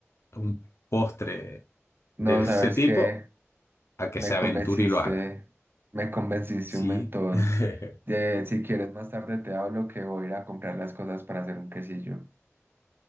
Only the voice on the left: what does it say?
un postre
de ese
tipo
a que
se
aventure y lo haga.
Sí.
<laughs>